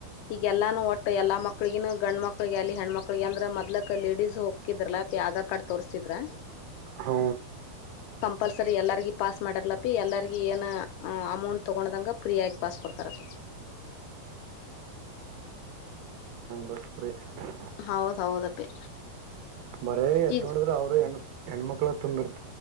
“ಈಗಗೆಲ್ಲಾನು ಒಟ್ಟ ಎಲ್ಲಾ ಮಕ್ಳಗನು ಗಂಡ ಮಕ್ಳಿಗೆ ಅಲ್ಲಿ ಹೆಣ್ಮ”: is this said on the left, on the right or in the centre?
Left